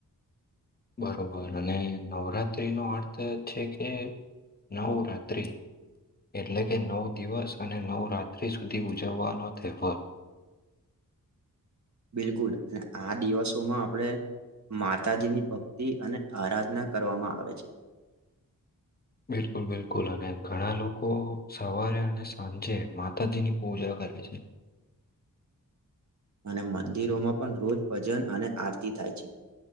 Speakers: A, on the left; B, on the right.
A: બરોબર અને નવરાત્રી નો અર્થ છે કે નવ રાત્રિ એટલે કે નવ દિવસ અને નવ રાત્ર્રી સુધી ઉજવવાનો તહેવાર. <inaudible>
B: બિલકુલ અને આ દિવસોમાં આપણેે માતાજીની ભક્તિ અને આરાધના કરવામાં આવે છે.
A: <inaudible> બિલકુલ બિલકુલ અને ઘણા લોકો સવારે અને સાંજે માતાજીની પૂજા કરે છે.
B: અને મંદિરોમાં પણ રોજ ભજન અને આરતી થાય છે.